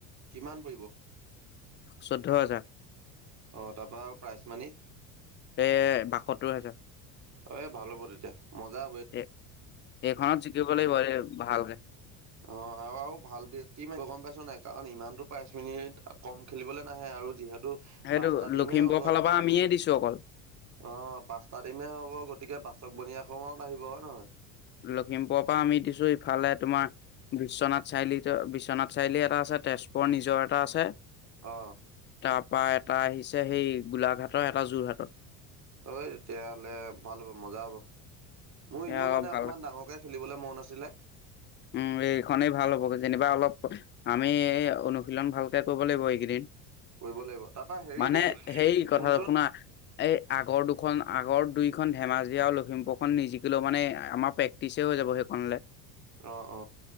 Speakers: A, on the right (about 40°); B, on the left (about 25°).
A: কিমান পৰিব?
B: চৈধ্য হাজাৰ।
A: অ', তাপা আৰু প্ৰাইচ মানি?
B: এ', বাসত্তৰ হাজাৰ।
A: এ', ভাল হ'ব তেতিয়া। মজা হ'বই।
B: এ এইখনত জিকিব লাগিব ভালকে
A: অ আৰু আৰু ভাল তীম আহিব গম পাইছনে নাই কাৰণ ইমানতটো পাইশ মিনিট কম খেলিবলৈ নাহে আৰু যিহেতু
B: সেইটো
A: পাঁচটা টিমহে
B: লখিমপুৰৰ
A: হ'ব
B: ফালৰ পৰা আমিয়ে দিছো অকল
A: অ পাচটা টিমে হ'ব গতিকে বাচক বনিয়া সমত আহিব হয় নহয়
B: লখিমপুৰৰ পৰা আমি দিছো ইফালে তোমাৰ বিশ্বনাথ চাৰিআলিত বিশ্বনাথ চাৰিআলি এটা আছে তেজপুৰ নিজৰ এটা আছে
A: অ
B: তাৰ পৰা এটা আহিছে সেই গোলাঘাটৰ এটা যোৰহাটৰ
A: অঐ তেতিয়াহলে ভাল হ'ব মজা হব মোৰ এনেও
B: এয়া অলপ
A: মানে
B: ভাল
A: অকমান ডাঙৰকে খেলিবলৈ মন আছিলে
B: উ এইখনেই ভাল হব যেনিবা অলপ আমি অনুশীলন ভালকে কৰিব লাগিব এইকেইদিন
A: কৰিব লাগিব তাৰপৰা হেৰি
B: মানে
A: দেই
B: সেই কথা
A: শুনচোন
B: শুনা এই আগৰ দুখন আগৰ দুই এখন ধেমাজি আৰু লখিমপুৰ খন নিজিকিলেও মানে আমাৰ প্ৰেকটিচ হৈ যাব সেইসনলৈ
A: অ অ